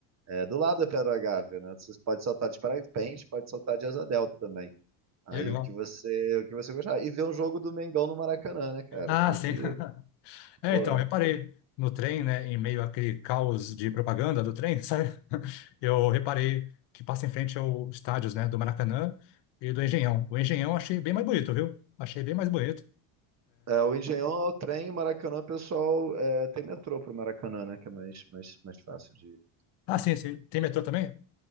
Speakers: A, on the right; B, on the left.
A: É do lado é Pedra da Gávea, né? Você pode saltar de parapente, pode saltar de asa delta também. Aí
B: legal.
A: o que você, o que você gostar. E ver um jogo do Mengão no Maracanã, né, cara?
B: Ah,
A: Tem
B: sim.
A: que.
B: <laughs> É,
A: pô,
B: então, reparei
A: né?
B: no trem, né, em meio àquele caos de propaganda do trem, <laughs> sabe? Eu reparei que passa em frente aos estádios, né, do Maracanã e do Engenhão. O Engenhão eu achei bem mais bonito, viu? Achei bem mais bonito.
A: É, o Engenhão é o trem, o Maracanã, o pessoal é, tem metrô pro Maracanã, né? Que é mais, mais, mais fácil de ir.
B: Ah, sim, sim. Tem metrô também?